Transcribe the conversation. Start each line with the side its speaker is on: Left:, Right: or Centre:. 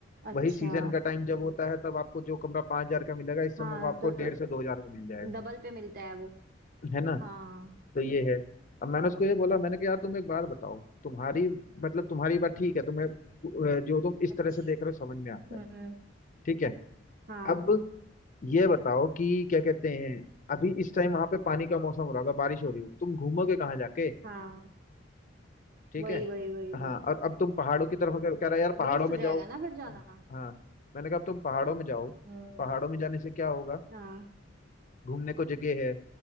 Right: अच्छा
Left: वही सीजन का टाइम जब होता है तब आपको जो कमरा पाँच हजार का मिलेगा इस समय
Right: हाँ
Left: वो आपको
Right: तो
Left: डेढ़ से दो हजार में मिल जाएगा
Right: डबल पे मिलता है वो
Left: है ना
Right: हाँ
Left: तो ये है अब मैंने उसको ये बोला मैंने कहा यार तुम एक बात बताओ तुम्हारी मतलब तुम्हारी बात ठीक है तुम्हें अ, जो तुम इस
Right: अच्छा
Left: तरह से देख रहे हो समझ में आता है
Right: हम्म
Left: ठीक है
Right: हाँ
Left: अब ये बताओ कि क्या कहते हैं अभी इस टाइम वहां पे पानी का मौसम हो रहा होगा बारिश हो रही होगी तुम घूमोगे कहाँ जाके
Right: हाँ
Left: ठीक
Right: वही
Left: है
Right: वही वही वही
Left: हाँ और अब तुम पहाड़ों की तरफ अगर कह रहा है, यार पहाड़ों
Right: वेस्ट
Left: में
Right: हो जाएगा
Left: जाओ
Right: ना फिर जाना
Left: हाँ मैंने कहा अब तुम पहाड़ों में जाओ
Right: हम्म
Left: पहाड़ों में जाने से क्या होगा
Right: हाँ
Left: घूमने को जगह है